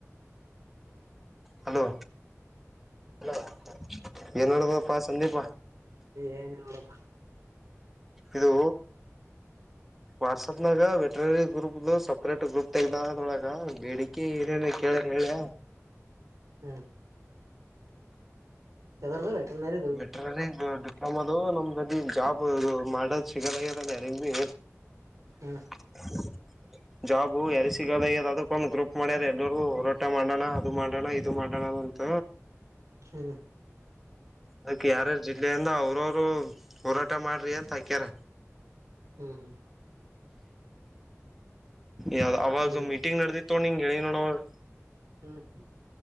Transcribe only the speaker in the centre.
ಹಲೋ ಹಲೋ ಏನ ನಡದಪ್ಪ ಸಂದೀಪ.
ಇದು ವಾಟ್ಸಪ್ ನಾಗ ವೆಟನರಿ ಗ್ರೂಪ್ ಸಪರೇಟ್ ಗ್ರೂಪ್ ತಗ್ದ ಅದ್ರೊಳಗ ಬೇಡಿ ಕೆ ಎನ್ ಏನೋ ಕೇಳರ್ ಹೇಳ್ಯ.
ಮೆ ಟ್ರೈನಿಂಗ್ ಡಿಪ್ಲೊಮದು ನಂಬಲ್ಲಿ ಜಾಬ್ ಇದು ಮಾಡದ ಸಿಗಲಾಗ್ಯದಲ್ ಯಾರಿಗ್ಬಿ.
ಹೇಳು <unintelligible> ಜಾಬು ಯಾರಿಗ ಸಿಗಲಗ್ಯದ ಅದಕ್ ಒಂದ್ ಗ್ರೂಪ್ ಮಾಡ್ಯಾರ ಎಲ್ಲೋರು ಹೋರಾಟ ಮಾಡಣ ಅದು ಮಾಡಣ ಇದು ಇದು ಮಾಡಣ ಅಂತ
ಅದಕ್ಕೆ ಯಾರ್ಯಾರ ಜಿಲ್ಲೆ ಇಂದ ಅವ್ರ ಅವ್ರು ಹೋರಾಟ ಮಾಡ್ರಿ ಅಂತ ಹಾಕ್ಯಾರ.
ಯಾವ ಅವಾಗ
ಮೀಟಿಂಗ್ ನಡೆದಿತ್ತೊಡ್ ನಿಂಗ ಹೇಳಿನ ನೋಡ ಅವಾಗ.